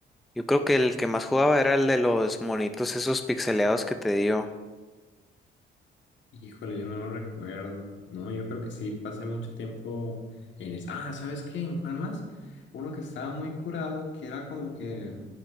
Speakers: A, in the centre; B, on the left (about 70°).
A: yo creo que el que más jugaba era el de los monitos esos pixeleados que te digo.
B: Híjole, yo no lo recuerdo. No, yo creo que sí pasé mucho tiempo en eso. Ah, ¿sabes qué? ¿En cuál más? Uno que estaba muy curado, que era como que